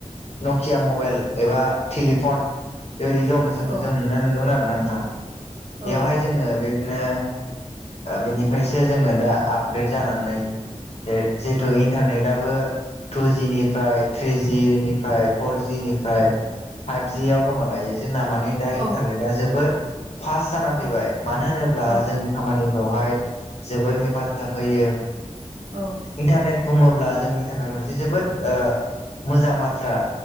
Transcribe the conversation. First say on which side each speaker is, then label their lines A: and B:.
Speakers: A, on the left; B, on the right.
A: नकिया मबाइल एबा टेलिफन बेबायदि दं जों
B: औ
A: जों नुनो मोनदोंमोन आरोना नोंथां
B: औ
A: बेयावहाय जोङो बेदिनो बेनिफ्रायसो जोङो दा आपग्रेड जानानै जे जेथु इन्टारनेटाबो टु जिनिफ्राय थ्रिजिनिफ्राय फर जिनिफ्राय फाइभ जियाव दङ दायो जोंना माने दा इन्टारनेटा
B: औ
A: जोबोद पास जाना फैबाय
B: औ औ
A: मानो होनोब्ला
B: औ
A: जोंनि खामानिफ्रावहाय जोबोद हेफाजाब होयो
B: औ
A: इन्टारनेट बुङोब्ला जोंनि थाखाय मोनसे जोबोद मोजां बाथ्रा